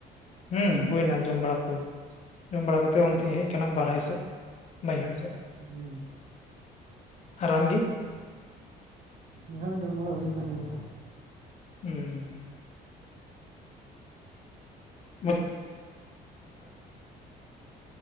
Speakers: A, on the left; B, on the right.
A: ᱦᱮᱸ ᱦᱩᱭᱱᱟ ᱡᱚᱢ ᱵᱟᱲᱟ ᱠᱚ ᱡᱚᱢ ᱵᱟᱲᱟ ᱠᱟᱛᱮᱜ ᱚᱱᱛᱮᱧ ᱦᱮᱡ ᱟᱠᱟᱱᱟ ᱵᱟᱨᱦᱟᱭ ᱥᱮᱫ ᱵᱟᱹᱭᱦᱟᱹᱲ ᱥᱮᱫ
B: ᱦᱮᱸ
A: ᱟᱨ ᱟᱢᱜᱮ?
B: ᱩᱱᱤ ᱦᱚᱸ ᱡᱚᱢ ᱵᱟᱲᱟ ᱦᱩᱭ ᱠᱟᱱᱟᱱ ᱜᱮᱭᱟ
A: ᱦᱮᱸ ᱵᱟᱝ <unintelligible>